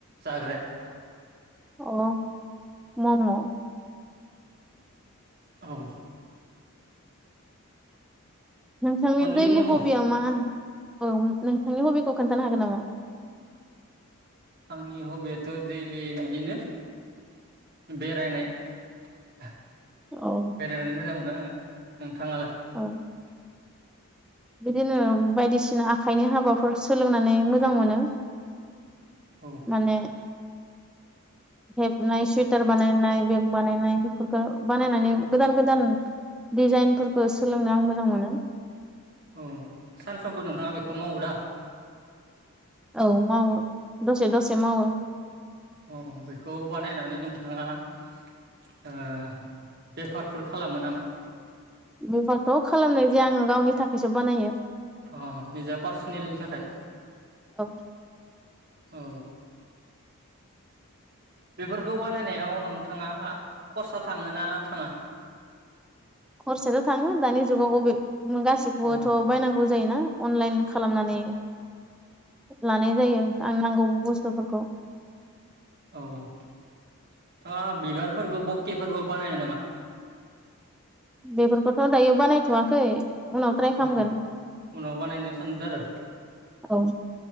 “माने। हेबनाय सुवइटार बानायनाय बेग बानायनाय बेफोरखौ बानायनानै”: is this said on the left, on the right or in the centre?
Centre